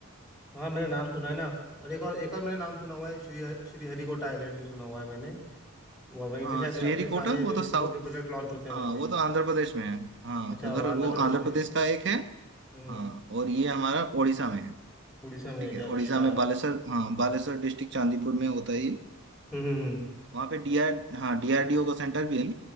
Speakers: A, in the centre; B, on the right.
A: हाँ, हाँ, मैंने नाम सुना है ना और एक और एक और मैंने नाम सुना हुआ है श्री श्री हरिकोटा आइलैंड भी सुना हुआ है मैंने वह- वहीं
B: हाँ
A: से शायद
B: श्रीहरिकोटा
A: अपने सारे
B: वो
A: जो
B: तो
A: इसरो
B: साउथ
A: के प्रोजेक्ट लॉन्च होते हैं
B: हाँ
A: वहीं से
B: वो
A: ही।
B: तो आंध्र प्रदेश में है हाँ
A: अच्छा
B: उधर
A: वो आंध्र
B: वो
A: प्रदेश
B: आंध्र
A: में
B: प्रदेश
A: है
B: का एक है
A: हम्म
B: हाँ और ये हमारा उड़ीसा में है
A: उड़ीसा में
B: ठीक
A: है
B: है
A: क्या अच्छा
B: उड़ीसा में बालेश्वर
A: हम्म
B: हाँ बालेश्वर डिस्ट्रिक्ट चांदीपुर में होता है ये
A: हम्म, हम्म।
B: वहाँ पे डीआर हाँ डीआरडीओ का सेंटर भी है